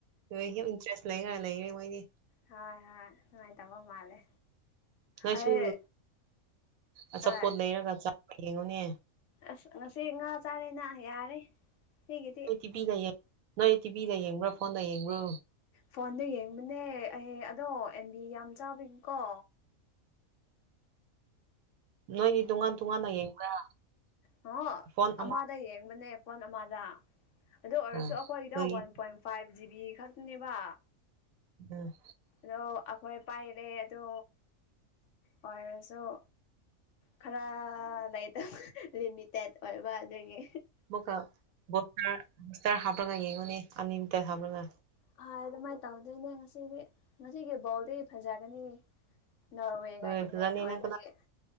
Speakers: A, on the right (about 80°); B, on the left (about 65°).
A: ꯍꯣꯏ ꯌꯥꯝ ꯏꯟꯇꯔꯦꯁ ꯂꯩꯈ꯭ꯔ ꯂꯩꯔꯦ ꯃꯣꯏꯗꯤ
B: ꯍꯣꯏ ꯍꯣꯏ ꯅꯨꯡꯉꯥꯏꯇꯕꯥ ꯃꯥꯜꯂꯦ
A: ꯅꯣꯏꯁꯨ
B: ꯑꯩ
A: ꯑꯆꯥꯄꯣꯠ
B: ꯍꯣꯏ
A: ꯂꯩꯔꯒ ꯆꯥꯕ ꯌꯦꯡꯉꯨꯅꯦ
B: ꯑꯁ ꯉꯁꯤ ꯉꯥ ꯆꯥꯔꯦꯅ ꯌꯥꯔꯦ ꯁꯤꯒꯤꯗꯤ
A: ꯇꯤꯚꯤꯒ ꯌꯦꯡ ꯅꯣꯏ ꯇꯤꯚꯤꯒ ꯌꯦꯡꯕ꯭ꯔꯥ ꯐꯣꯟꯗ ꯌꯦꯡꯕ꯭ꯔꯣ
B: ꯐꯣꯟꯗ ꯌꯦꯡꯕꯅꯦ ꯑꯩ ꯑꯗꯣ ꯑꯦꯝ ꯕꯤ ꯌꯥꯝ ꯆꯥꯕꯒꯤꯀꯣ
A: ꯅꯣꯏꯗꯤ ꯇꯣꯉꯥꯟ ꯇꯣꯉꯥꯟꯅ ꯌꯦꯡꯕ꯭ꯔꯥ
B: ꯅꯣ
A: ꯐꯣꯟ ꯑꯃ
B: ꯑꯃꯥꯗ ꯌꯦꯡꯕꯅꯦ ꯐꯣꯟ ꯑꯃꯗ ꯑꯗꯨ
A: ꯌꯦꯡꯕ꯭ꯔꯥ
B: ꯑꯣꯏꯔꯁꯨ ꯑꯩꯈꯣꯏꯒꯤꯗꯣ
A: ꯑꯗꯨꯒꯤ
B: ꯋꯥꯟ ꯄꯣꯏꯟ ꯐꯥꯏꯚ ꯖꯤꯕꯤ ꯈꯛꯇꯅꯦꯕ
A: ꯎꯝ
B: ꯑꯗꯣ ꯑꯩꯈꯣꯏ ꯄꯥꯏꯔꯦ ꯑꯗꯣ ꯑꯣꯏꯔꯁ ꯑꯣ ꯈꯔ ꯂꯩꯇꯕ ꯂꯤꯃꯤꯇꯦꯠ ꯑꯣꯏꯕ ꯑꯗꯨꯒꯤ
A: ꯑꯃꯨꯛꯀ ꯕꯣꯁꯇꯔ ꯕꯣꯁꯇꯔ ꯍꯥꯞꯄ꯭ꯔꯒ ꯌꯦꯡꯉꯨꯅꯦ ꯑꯟꯂꯤꯃꯤꯇꯦꯠ ꯍꯥꯞꯔꯒ
B: ꯑ ꯑꯗꯨꯃꯥꯏꯅ ꯇꯧꯗꯣꯏꯅꯦ ꯉꯁꯤꯗꯤ ꯉꯁꯤꯒꯤ ꯕꯣꯜꯗꯤ ꯐꯖꯒꯅꯤ ꯅꯣꯔꯋꯦꯒ
A: ꯍꯣꯏ
B: ꯏꯪꯂꯦꯟ
A: ꯐꯖꯅꯤ
B: ꯑꯣꯏꯕꯒꯤ
A: ꯅꯪ ꯀꯅꯥ